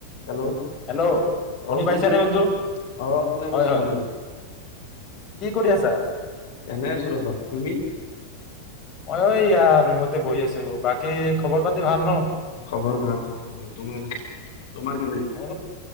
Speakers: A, on the left; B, on the left.
A: হেল্ল'
B: হেল্ল' শুনি
A: অ শুনিছানে
B: পাইছে নে বন্ধু
A: অ শুনা
B: হয়
A: পাইছো
B: হয়
A: বন্ধু
B: কি কৰি আছা
A: এ নাই আছো ৰবা তুমি
B: অই ঐ ই ৰুমতে বহি আছো বাকী খবৰ পাতি ভাল ন।
A: খবৰ ভাল খবৰ হয় তোমাৰ। তোমাৰ কেনে
B: অ